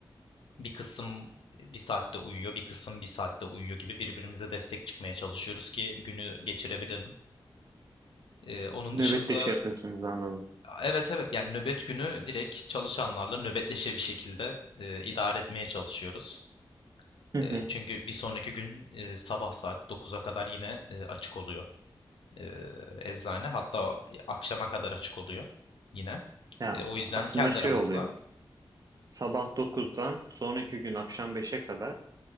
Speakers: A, on the left; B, on the right.
A: bir kısım bir saatte uyuyor, bir kısım bir saatte uyuyor gibi birbirimize destek çıkmaya çalışıyoruz ki günü geçirebilelim. Ee, onun
B: Nöbette
A: dışında
B: şey yapıyorsunuz anladım.
A: evet evet yani nöbet günü direkt çalışanlarla nöbetleşe bir şekilde e, idare etmeye çalışıyoruz.
B: Hı
A: E,
B: hı.
A: çünkü bir sonraki gün e, sabah saat dokuz'a kadar yine e, açık oluyor e, eczane. Hatta akşama kadar açık oluyor yine.
B: Yani
A: E, o yüzden
B: aslında
A: kendi
B: şey
A: aramızda
B: oluyor. Sabah dokuzdan sonraki gün akşam beşe kadar